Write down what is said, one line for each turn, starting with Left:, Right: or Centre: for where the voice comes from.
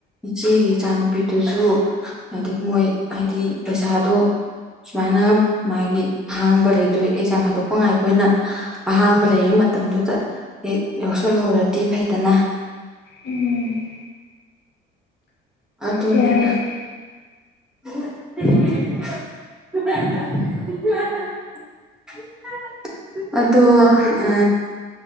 Centre: ꯏꯆꯦꯒꯤ ꯏꯆꯥꯅꯨꯄꯤꯗꯨꯁꯨ ꯍꯥꯏꯗꯤ ꯃꯣꯏ ꯍꯥꯏꯗꯤ ꯄꯩꯁꯥꯗꯣ ꯁꯨꯃꯥꯏꯅ ꯃꯥꯒꯤ ꯑꯍꯥꯡꯕ ꯂꯩꯇ ꯑꯗꯨ ꯑꯦꯛꯖꯥꯝ ꯍꯥꯗꯣꯛꯄ ꯉꯥꯏꯕꯅ ꯑꯍꯥꯡꯕ ꯂꯩꯔꯤ ꯃꯇꯝꯗꯨꯗ ꯍꯦꯛ ꯌꯥꯎꯁꯜꯍꯧꯨꯔꯗꯤ ꯐꯩꯗꯅ
Left: ꯎꯝ
Centre: ꯑꯗꯨ
Left: ꯌꯥꯏ
Centre: ꯑꯗꯨꯅꯤꯗ
Left: ꯌꯥꯏ
Centre: <unintelligible> ꯑꯗꯨꯗꯣ ꯑ